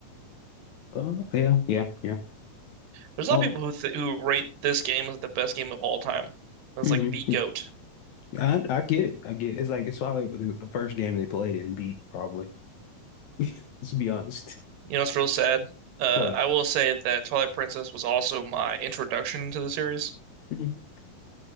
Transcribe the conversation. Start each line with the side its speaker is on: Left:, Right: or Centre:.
Left: Oh yeah, yeah, yeah.
Right: There's a
Left: Oh,
Right: lot of people who th who rate this game as the best game of all time. It's
Left: hmm
Right: like the GOAT.
Left: I I get it. I get it. It's like it's probably the the first game they played and beat, probably. <laughs> Let's be honest.
Right: You know, it's real sad. Uh,
Left: What?
Right: I will say that Twilight Princess was also my introduction to the series
Left: hmm